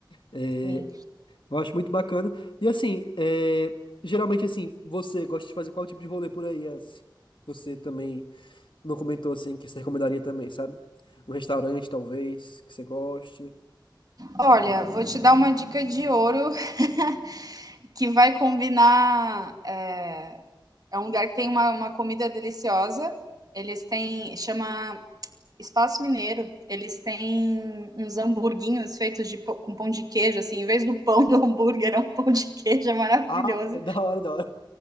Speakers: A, on the left (about 80°); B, on the right (about 50°).
A: é,
B: Sim.
A: eu acho muito bacana. E assim, é, geralmente assim, você gosta de fazer qual tipo de rolê por aí? assim? Você também não comentou assim que você recomendaria também, sabe? Um restaurante, talvez, que você goste.
B: Olha, vou te dar uma dica de ouro <laughs> que vai combinar. É, é um lugar que tem uma, uma comida deliciosa. Eles têm. Chama Espaço Mineiro, eles têm uns hamburguinhos feitos de, com pão de queijo, assim, em vez do pão do hambúrguer, é um pão de queijo, é maravilhoso.
A: Ah, <laughs> da hora, da hora.